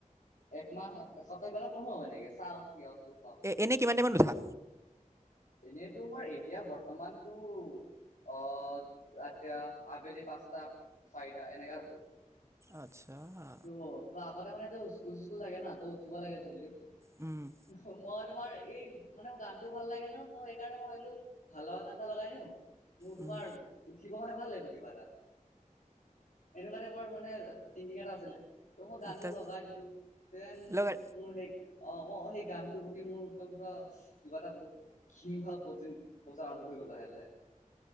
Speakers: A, on the left (about 70°); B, on the right (about 20°).
A: একমাহ এসপ্তাহ কিবাহত পঢ়ো মানে এনেকে চাও কি আট পাও
B: এনে কিমান টাইমত উঠা?
A: এনেইতো মই এতিয়া বৰ্তমানটো অ ৰাতি আবেলি পাঁচটা চাৰিটা এনেকাত উঠো।
B: আচ্ছা আ।
A: ত' ত আগতে মানে তো স্কুল স্কুল থাকে ন ত উঠিব লাগে জল্দি
B: উম
A: মই তোমাৰ এই মানে মোৰ গানতো ভাল লাগে ন সেইকাৰণে মই ভাবিলো ভাল লগা গান এটা লগাই দিও মোৰ
B: উম
A: তোমাৰ উঠিব মানে ভাল লাগিব কিবা এটা তেনেকুৱা টাইপৰ মানে থিংকিং এটা আছিলে ত মই গানটো
B: তাত
A: লগাই দিলো দেন
B: লগা
A: মোৰ সেই অ মোৰ সেই গানটোৰ প্ৰতি মোৰ একদম পুৰা কিবা এটা বহুত কী ভাৱ উপজাৰ আৰম্ভ হৈ গ'ল লাহে লাহে